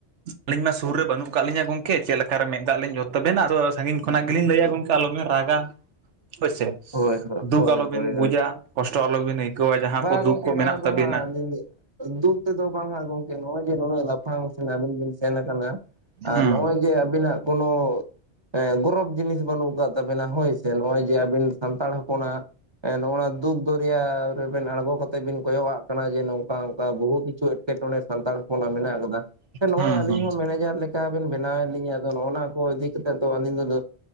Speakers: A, on the right; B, on the right.
A: ᱟᱞᱤᱧ ᱢᱟ ᱥᱩᱨ ᱨᱮ ᱵᱟᱹᱱᱩᱜ ᱠᱟᱜ ᱞᱤᱧᱟ ᱜᱚᱝᱠᱮ ᱪᱮᱫ ᱞᱮᱠᱟ ᱨᱮ ᱢᱮᱫ ᱫᱟᱜ ᱞᱤᱧ ᱡᱚᱫᱷ ᱛᱟᱵᱮᱱᱟ ᱟᱫᱚ ᱥᱟᱹᱜᱤᱧ ᱠᱷᱚᱱᱟᱜ ᱜᱮᱞᱤᱧ ᱞᱟᱹᱭᱟ ᱜᱚᱝᱠᱮ ᱟᱞᱚᱵᱮᱱ ᱨᱟᱜᱟ, ᱦᱳᱭᱥᱮ᱾
B: ᱦᱳᱭ ᱦᱳᱭ
A: ᱫᱩᱠ
B: ᱦᱳᱭ
A: ᱟᱞᱚᱵᱮᱱ
B: ᱦᱳᱭ
A: ᱵᱩᱡᱟ,
B: ᱦᱳᱭ
A: ᱠᱚᱥᱴᱚ ᱟᱞᱚ ᱵᱮᱱ ᱟᱹᱭᱠᱟᱹᱣᱟ ᱡᱟᱦᱟᱸ
B: ᱵᱟᱝ
A: ᱠᱚ ᱫᱩᱠ
B: ᱜᱚᱝᱠᱮ
A: ᱠᱚ
B: ᱱᱚᱣᱟ
A: ᱢᱮᱱᱟᱜ
B: ᱫᱚ
A: ᱛᱟᱵᱤᱱᱟ᱾
B: ᱦᱟᱸᱜ ᱟᱹᱞᱤᱧ ᱫᱩᱠ ᱛᱮᱫᱚ ᱵᱟᱝ-ᱟ ᱜᱚᱝᱠᱮ ᱱᱚᱜᱼᱚᱭ ᱡᱮ ᱱᱩᱱᱟᱹᱜ ᱞᱟᱯᱷᱟᱝ ᱥᱮᱱ ᱟᱵᱤᱱ ᱵᱤᱱ ᱥᱮᱱ ᱟᱠᱟᱱᱟ ᱟᱨ
A: ᱦᱩᱸ
B: ᱱᱚᱜᱼᱚᱭ ᱡᱮ ᱟᱵᱤᱱᱟᱜ ᱠᱳᱱᱳ ᱮᱸ ᱜᱚᱨᱚᱵ ᱡᱤᱱᱤᱥ ᱵᱟᱹᱱᱩᱜ ᱠᱟᱫ ᱛᱟᱵᱮᱱᱟ ᱦᱳᱭ ᱥᱮ, ᱱᱚᱜᱼᱚᱭ ᱡᱮ ᱟᱵᱤᱱ ᱥᱟᱱᱛᱟᱲ ᱦᱚᱯᱚᱱᱟᱜ ᱮᱸ ᱱᱚᱣᱟ ᱫᱩᱠ ᱫᱚᱨᱭᱟ ᱨᱮᱵᱮᱱ ᱟᱬᱜᱚ ᱠᱟᱛᱮᱜ ᱵᱤᱱ ᱠᱚᱭᱚᱜ ᱟᱜ ᱠᱟᱱᱟ ᱡᱮ ᱱᱚᱝᱠᱟ ᱚᱝᱠᱟ ᱵᱚᱦᱩ ᱠᱤᱪᱷᱩ ᱮᱴᱠᱮ ᱴᱚᱸᱬᱮ ᱥᱟᱱᱛᱟᱲ ᱦᱚᱯᱚᱱᱟᱜ ᱢᱮᱱᱟᱜ ᱠᱟᱫᱟ ᱥᱮ ᱱᱚᱜᱼᱚᱭ
A: ᱦᱩᱸ
B: ᱟᱹᱞᱤᱧ
A: ᱦᱩᱸ
B: ᱦᱚᱸ ᱢᱮᱱᱮᱡᱟᱨ ᱞᱮ ᱠᱟ ᱵᱮᱱ ᱵᱮᱱᱟᱣᱮᱫ ᱞᱤᱧᱟᱹ ᱟᱫᱚ ᱱᱚᱜᱚ ᱱᱟ ᱠᱚ ᱤᱫᱤ ᱠᱟᱛᱮᱫ ᱫᱚ ᱟᱹᱞᱤᱧ ᱫᱚ